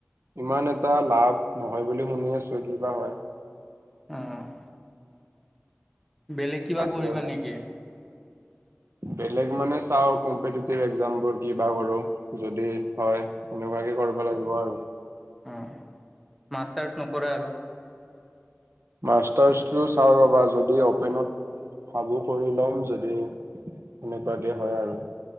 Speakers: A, on the right (about 85°); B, in the centre.
A: ইমান এটা লাভ নহয় বুলি শুনি আছোঁ, কি বা হয়।
B: উম। বেলেগ কিবা
A: তাকে
B: কৰিবা
A: আৰু।
B: নেকি?
A: বেলেগ মানে চাওঁ কম্পিটিটিভ একজামবোৰ কিবা কৰোঁ যদি হয়। সেনেকুৱাকে কৰিব লাগিব আৰু।
B: হু, মাষ্টাৰ্ছ নকৰা আৰু?
A: মাষ্টাৰ্ছটো চাওঁ ৰ'বা যদি অ'পেনত ভাবো কৰি ল'ম, যদি - সেনেকুৱাকে হয় আৰু।